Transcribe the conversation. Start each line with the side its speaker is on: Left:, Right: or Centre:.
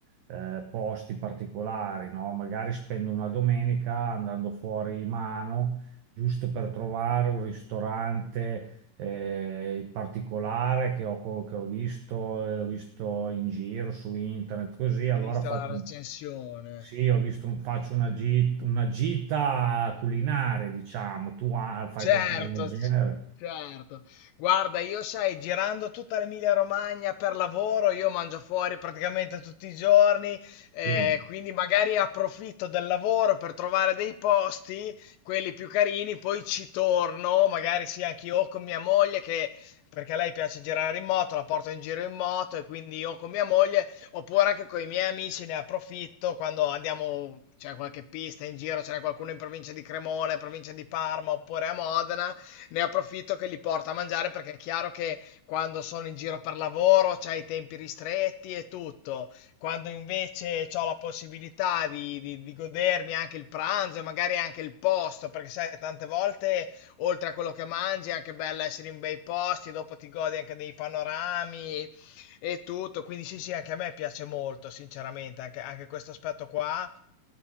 Right: eh, posti particolari, no? Magari spendo una domenica andando fuori mano, giusto per trovare un ristorante eh, in particolare che ho, co- che ho visto, eh, ho visto in giro su internet, così allora
Left: hai visto
Right: faccio,
Left: la recensione?
Right: sì, ho visto un- faccio una, git- una gita culinaria, diciamo, tu ah, fai
Left: Certo,
Right: qualcosa del genere?
Left: c- certo. Guarda, io sai, girando tutta l'Emilia Romagna per lavoro, io mangio fuori praticamente tutti i giorni, eh,
Right: Sì.
Left: quindi magari approfitto del lavoro per trovare dei posti, quelli più carini, poi ci torno, magari sì, anche io o con mia moglie che... Perché a lei piace girare in moto, la porto in giro in moto e quindi io con mia moglie Oppure anche con i miei amici ne approfitto quando andiamo, c'è qualche pista in giro, c'è qualcuno in provincia di Cremona, in provincia di Parma oppure a Modena, ne approfitto che li porto a mangiare perché è chiaro che quando sono in giro per lavoro c'hai i tempi ristretti e tutto. Quando invece ho la possibilità di, di- di godermi anche il pranzo e magari anche il posto, perché sai, tante volte oltre a quello che mangi è anche bello essere in bei posti, dopo ti godi anche dei panorami e tutto. Quindi sì, sì, anche a me piace molto, sinceramente, anche, anche questo aspetto qua